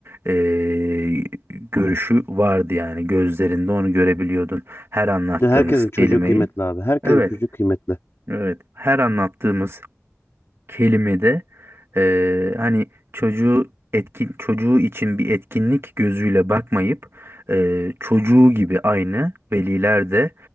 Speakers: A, on the right; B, on the left.
A: Ee, görüşü vardı yani gözlerinde onu görebiliyordun her anlattığımız
B: Bir de herkesin çocuğu
A: kelimeyi.
B: kıymetli abi. Herkesin
A: Evet,
B: çocuğu kıymetli.
A: evet. Her anlattığımız kelimede eee, hani çocuğu etkin çocuğu için bir etkinlik gözüyle bakmayıp eee, çocuğu gibi aynı veliler de